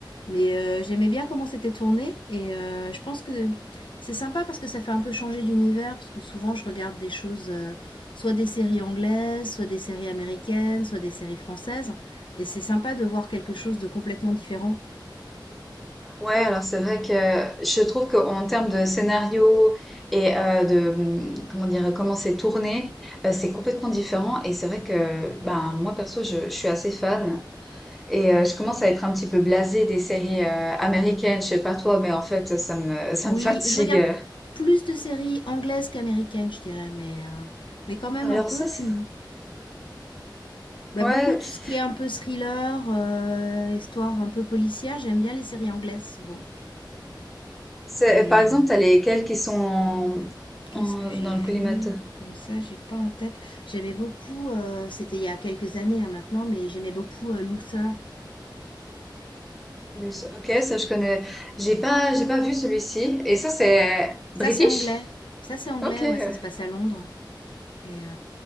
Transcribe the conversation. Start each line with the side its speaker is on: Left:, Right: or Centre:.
Left: Mais euh, j'aimais bien comment c'était tourné et euh, je pense que c'est sympa parce que ça fait un peu changer d'univers parce que souvent je regarde des choses, euh, soit des séries anglaises, soit des séries américaines, soit des séries françaises et c'est sympa de voir quelque chose de complètement différent.
Centre: Ouais, alors c'est vrai que je trouve qu'en termes de scénario et euh, de, hum, comment dire, comment c'est tourné, euh, c'est complètement différent. Et c'est vrai que, ben, moi perso, je, je suis assez fan. Et euh, je commence à être un petit peu blasée des séries euh, américaines. Je sais pas toi, mais en fait, ça me, ça
Left: Oui,
Centre: me <laughs> fatigue.
Left: je regarde plus de séries anglaises qu'américaines, je dirais, mais euh, mais quand même
Centre: Alors
Left: un peu.
Centre: ça, c'est-
Left: Puis bah,
Centre: Ouais,
Left: beaucoup tout ce qui est un peu thriller, euh, histoire un peu policière, j'aime bien les séries anglaises souvent.
Centre: C'est-
Left: Mais
Centre: Par exemple,
Left: euh,
Centre: t'as lesquels qui sont en,
Left: Qu'est-ce
Centre: en-
Left: que j'ai
Centre: dans
Left: vu
Centre: le collimateur.
Left: Comme ça, j'ai pas en tête. J'aimais beaucoup, euh, c'était il y a quelques années hein, maintenant, mais j'aimais beaucoup euh, Luther.
Centre: Le- Ok,
Left: Je sais-
Centre: ça je connais. J'ai pas, j'ai pas vu celui-ci. Et ça c'est euh,
Left: Ça,
Centre: British?
Left: c'est anglais. Ça, c'est anglais,
Centre: Ok. Ouais,
Left: ouais, ça se passe à Londres. Et euh,